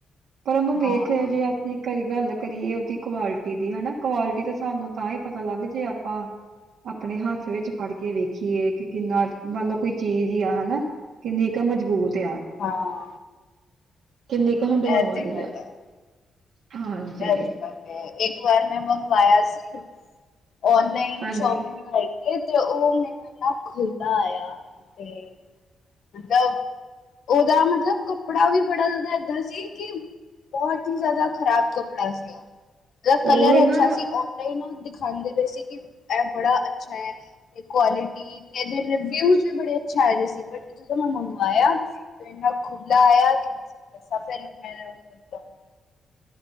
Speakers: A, on the right (about 75°); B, on the left (about 65°).
A: ਪਰ ਉਹਨੂੰ ਵੇਖੋ
B: ਹਾਂ
A: ਜੇ ਅਸੀਂ ਕਈ ਗੱਲ ਕਰੀਏ ਉਹਦੀ ਕੁਆਲਿਟੀ ਦੀ ਹਨਾ, ਕੁਆਲਿਟੀ ਤਾਂ ਸਾਨੂੰ ਤਾਂ ਹੀ ਪਤਾ ਲੱਗ ਜੇ ਆਪਾਂ ਅਪਨੇ ਹੱਥ ਵਿੱਚ ਫੜ ਕੇ ਵੇਖੀਏ ਕਿ ਕਿੰਨਾ ਮਨਲੋ ਕੋਈ ਚੀਜ਼ ਹੀ ਆ ਹਨਾਂ। ਕਿੰਨੀ ਕਾ ਮਜ਼ਬੂਤ ਆ।
B: ਹਾਂ।
A: ਕਿੰਨੀ ਕ ਹੰਡਉਨ
B: ਇਹ
A: ਵਾਲੀ
B: ਤੇ ਗੱਲ
A: ਆ,
B: ਹੈ,
A: ਹਾਂਜੀ।
B: ਇਹ ਤੇ ਇੱਕ ਵਾਰ ਮੈਂ ਮਗਵਾਇਆ ਸੀ, ਔਨਲਾਈਨ
A: ਹਾਂਜੀ
B: ਸ਼ੋਪਿੰਗ ਕ ਤੇ ਉਹ ਮੈਨੂੰ ਇਨਾ ਖੁੱਲਾ ਆਯਾ ਤੇ <unintelligible> ਉਹਦਾ ਮਤਲਬ ਕੱਪੜਾ ਵੀ ਬੜਾ ਜਾਦਾ ਏਦਾਂ ਸੀ, ਕਿ ਬੋਹਤ ਹੀ ਜਾਦਾ ਖ਼ਰਾਬ ਕੱਪੜਾ ਸੀ ਓ, ਓਦਾ ਕਲਰ
A: ਉਹੀ ਨਾ
B: ਅੱਛਾ ਸੀ ਔ ਤਾਂਈ ਨਾ ਦਿਖਾਦੇ ਪਏ ਸੀ, ਕਿ ਏ ਬੜਾ ਅੱਛਾ ਐ। ਤੇ ਕੁਆਲਿਟੀ ਤੇ ਏਦੇ ਰਿਵਿਊਜ ਵੀ ਬੜੇ ਆਛੇ ਆਏ ਦੇ ਸੀ, ਬੱਟ ਜਦੋਂ ਮੈਂ ਮੰਗਵਾਇਆ ਤੇ ਇੰਨਾ ਖੁੱਲਾ ਆਇਆ, ਕਿ <unintelligible>